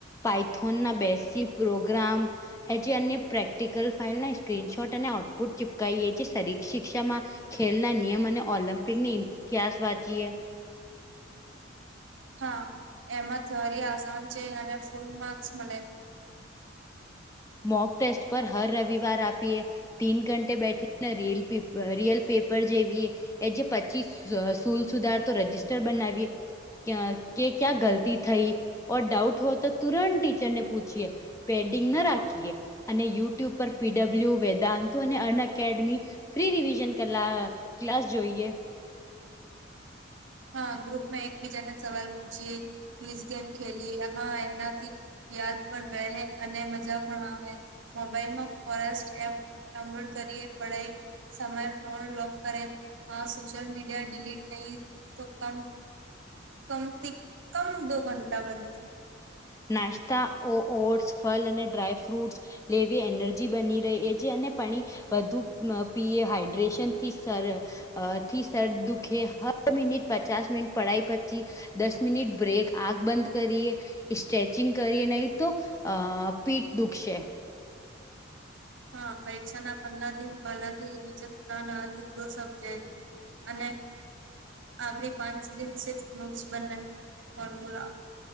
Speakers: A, on the left (about 15°); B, on the right (about 65°).
A: પાઇથોન ના બેસીક પ્રોગ્રામ, એ જે અન્ય પ્રેક્ટિકલ ફાઇલ ના સ્ક્રીનશોટ અને આઉટપુટ ચીપકઈએ છે શરીર શિક્ષામાં, ખેલના નિયમ અને ઓલિમ્પિકની ઇતિહાસ વાંચીએ,
B: હા એમાં થ્યોરી આસાન છે અને ફૂલ માર્ક્સ મળે.
A: મોક ટેસ્ટ પર હર રવિવાર આપીએ. તીન ઘંટેે બેઠી ને રિલ રિયલ પેપર જેવી એ. એજે પછી સુલ સુધાર તો રજિસ્ટર બનાવીએ. કે ક્યાં ગલતી થઈ ઓર ડાઉટ હો તો તુરંત ટીચરને પૂછીએ. પેડિંગ ન રાખીએ અને યુટ્યુબ પર પીડબ્લ્યુ વેદાંતો અને અન અકેડમી, ફ્રી રિવિઝન કરલા ક્લાસ જોઈએ.
B: હા ગ્રુપમાં એકબીજાને સવાલ પૂછીએ ક્વિઝ ગેમ ખેલિએ હા એનાથી, યાદ પણ રહે અને મજા પણ આવે મોબાઈલમાં ફરેસ્ટ એપ, ડાઉનલોડ કરીએ પઢાઈ, સમય ફોન લોક કરે હ સોશિલ મીડિયા ડિલીટ નહીં. તો કમ કમથી કમ દો ઘંટા બંધ.
A: નાસ્તા ઓ ઓટ્સ, ફલ અને ડ્રાય ફ્રૂટ્સ, લેવી એનર્જી બની રહે એ જે અને પાણી, વધુ પીએ હાઈડ્રેશન થી સર, અ થી સર દુઃખે હ મિનિટ પચાસ મિનિટ પડાઈ પછી, દસ મિનિટ બ્રેક આંખ બંધ કરીએ્ સ્ટ્રેચિંગ કરીએ નહીં તો અ પીઠ દુખશે.
B: હા પરીક્ષા ના પંદર દિન પહેલાથી રિવિઝન પ્લાન દિ દો સબ્જેક્ટ. અને આપણી પાંચ દિવસે નોટ્સ બને formula,